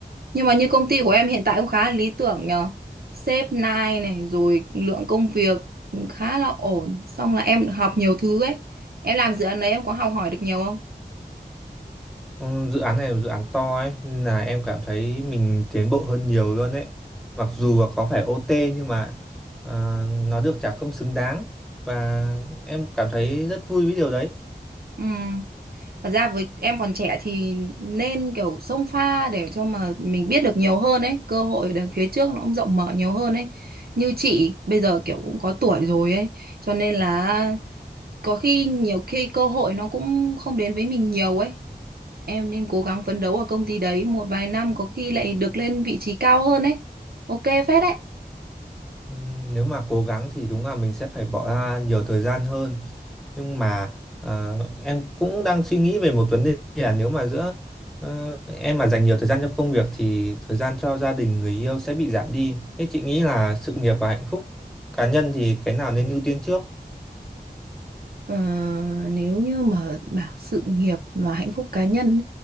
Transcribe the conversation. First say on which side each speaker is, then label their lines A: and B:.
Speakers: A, on the right; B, in the centre.
A: Nhưng mà như công ty của em hiện tại cũng khá là lý tưởng nhờ. Sếp nai này rồi lượng công việc cũng khá là ổn. Xong là em học nhiều thứ ấy. Em làm dự án đấy em có học hỏi được nhiều không?
B: Ừm, dự án này là dự án to ấy nên là em cảm thấy mình tiến bộ hơn nhiều luôn ấy mặc dù là có phải OT nhưng mà à, nó được trả công xứng đáng và em cảm thấy rất vui với điều đấy
A: Ừ. Thật ra với em còn trẻ thì nên kiểu xông pha để cho mà mình biết được nhiều hơn ấy. Cơ hội đằng phía trước nó cũng rộng mở nhiều hơn ấy. Như chị bây giờ kiểu cũng có tuổi rồi ấy. Cho nên là có khi nhiều khi cơ hội nó cũng không đến với mình nhiều ấy em nên cố gắng phấn đấu ở công ty đấy một vài năm có khi lại được lên vị trí cao hơn ấy ok phết đấy
B: Ừm, nếu mà cố gắng thì đúng là mình sẽ phải bỏ ra nhiều thời gian hơn nhưng mà à, em cũng đang suy nghĩ về một vấn đề là nếu mà giữa ờ, em mà dành nhiều thời gian cho công việc thì thời gian cho gia đình người yêu sẽ bị giảm đi thế chị nghĩ là sự nghiệp và hạnh phúc cá nhân thì cái nào nên ưu tiên trước
A: Ờ, nếu như mà bảo sự nghiệp và hạnh phúc cá nhân